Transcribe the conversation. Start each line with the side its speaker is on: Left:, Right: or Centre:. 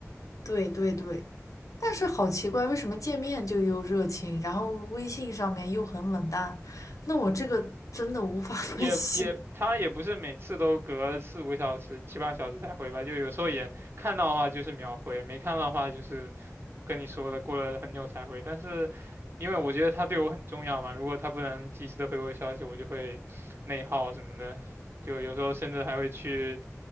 Left: 对对对，但是好奇怪，为什么见面就又热情，然后微信上面又很冷淡？那我这个真的无法 <laughs>
Right: 也也，
Left: 分析。
Right: 她也不是每次都隔四五小时、七八小时才回吧，就有时候也看到的话就是秒回，没看到的话就是跟你说了，过了很久才回，但是因为我觉得他对我很重要嘛，如果他不能及时的回我消息，我就会内耗什么的，就有时候甚至还会去